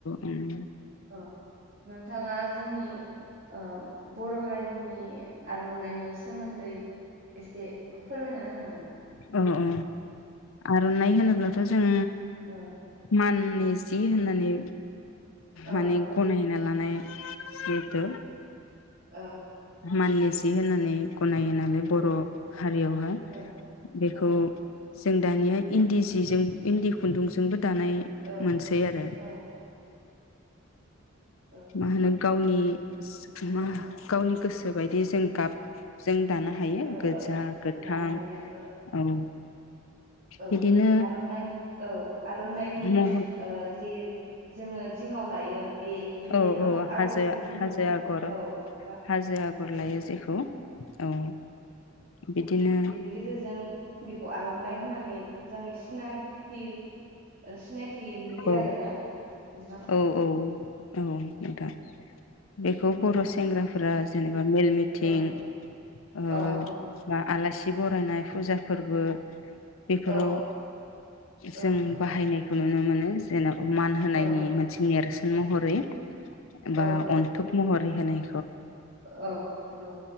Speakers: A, on the left; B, on the right.
A: ओम
B: औ नोंथाङा जोंनि ओ बर' हारिनि आरनाइनायनि सोमोन्दै एसे फोरमायना होनो हा
A: ओं अ आरनाइ होनोब्लाथ जों
B: औ
A: माननि जि होननानै
B: औ
A: माने गनाय ना लानाय जिहेथु
B: ओ
A: माननि जि होननानै गनायोना माने बर'
B: औ
A: हारियावहाय
B: औ
A: बेखौ
B: औ
A: जों दानिया इन्दि जिजों इन्दि खुन्दुंजोंबो दानाय
B: औ
A: मोनसै आरो
B: औ औ
A: <unintelligible> मा होनो गावनि <unintelligible>
B: उम
A: गावनि गोसोबायदि जों गाब जों दानो हायो
B: ओ
A: गोजा
B: ओ
A: गोथां
B: जानो हायो
A: औ
B: औ
A: बिदिनो
B: आरनाइ औ आरनाइनि
A: महर
B: ओ जि जोङो जिङाव लायो बे बे
A: औ औ
B: आगरनि
A: हाजो
B: मुंखौ
A: हाजो आगर
B: औ नोंथाङा
A: हाजो आगर
B: एसे फोरमायना
A: लायो जेखौ औ बिदिनो
B: बेनि गेजेरजों बेखौ आरनाइ होनना नै जों सिना थि ओ सिनाय थि नुयो
A: औ
B: आरो ना नोंथां
A: औ औ औ नोंथां बेखौ बर' सेंग्राफोरा जेनेबा मेल मिटिं
B: औ
A: ओ
B: औ औ
A: बा आलासि बरायनाय फुजाफोरबो बेफोराव
B: औ
A: जों
B: औ
A: बाहायनाय नुनो मोनो जेन मान होनायनि
B: औ
A: मोनसे नेरसो न महरै बा
B: औ
A: अन्थोब महरै है होनाय
B: औ औ